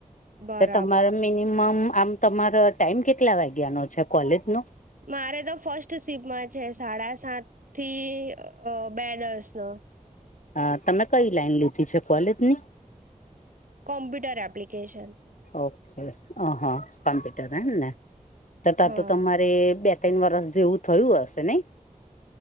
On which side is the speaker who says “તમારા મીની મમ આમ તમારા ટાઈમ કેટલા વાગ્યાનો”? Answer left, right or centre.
Left